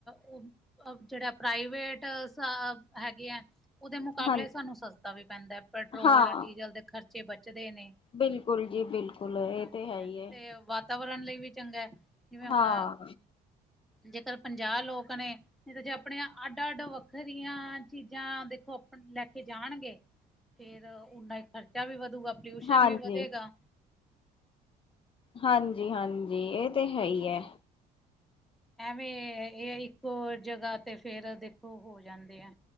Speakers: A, in the centre; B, on the left.
A: ਉ ਜਿਹੜਾ ਪ੍ਰਾਈਵੇਟ ਸ਼ ਹੈਗੇ ਆ। ਉਹਦੇ ਮੁਕਾਬਲੇ
B: ਹਾਂ
A: ਸਾਨੂੰ ਸਸਤਾ ਵੀ ਪੈਂਦਾ, ਪੈਟਰੋਲ
B: ਹਾਂ
A: ਡੀਜ਼ਲ ਦੇ ਖਰਚੇ ਬੱਚਦੇ ਨੇ।
B: ਬਿਲਕੁਲ ਜੀ ਬਿਲਕੁਲ ਇਹ
A: ਹਾਂਜੀ-ਹਾਂਜੀ
B: ਤੇ ਹੈ ਈ ਐ ਜੀ।
A: ਤੇ ਵਾਤਾਵਰਨ ਲਈ ਵੀ ਚੰਗਾ, ਜਿਵੇਂ ਹੁਣ
B: ਹਾਂ
A: ਜੇਕਰ ਪੰਜਾਹ ਲੋਕ ਨੇ ਤਾ ਨਈ ਤਾਂ ਜੇ ਆਪਣੀਆਂ ਅੱਡ ਅੱਡ ਵੱਖਰੀਆਂ ਚੀਜ਼ਾਂ ਦੇਖੋ ਅਪ ਲੈ ਕੇ ਜਾਣਗੇ। ਫੇਰ ਉਹਨਾ ਖ਼ਰਚਾ ਵੀ ਵਧੂਗਾ, ਪੋਲਿਊਸ਼ਨ
B: ਹਾਂਜੀ
A: ਵੀ ਵਧੇਗਾ।
B: ਹਾਂਜੀ-ਹਾਂਜੀ, ਇਹ ਤੇ ਹੈ ਈ ਐ।
A: ਐਵੇਂ ਇਹ ਐ ਇੱਕੋ ਜਗ੍ਹਾ ਤੇ ਫੇਰ ਦੇਖੋ ਹੋ ਜਾਂਦੇ ਐ।